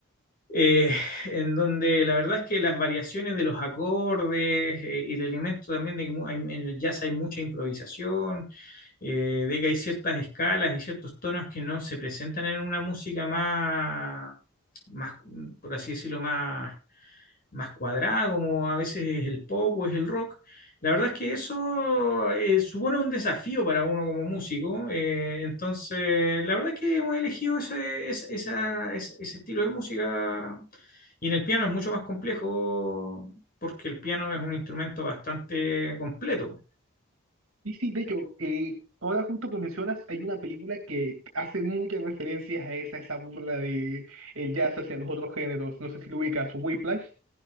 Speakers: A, on the left; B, on the right.
A: eh, en donde la verdad es que las variaciones de los acordes, eh, el elemento también de que mu- hay- en el jazz hay mucha improvisación, eh, de que hay ciertas escalas y ciertos tonos que no se presentan en una música más, más, por así decirlo, más más cuadrada, como a veces es el pop o es el rock. La verdad es que eso eh, supone un desafío para uno como músico. eh, entonces, la verdad es que hemos elegido ese, ese- esa- ese- ese estilo de música. Y en el piano es mucho más complejo porque el piano es un instrumento bastante completo.
B: Y sí, de hecho, eh, ahora justo que mencionas, hay una película que hace muchas referencias a esa, esa burla de el jazz hacia los otros géneros. No sé si lo ubicas, Whiplash.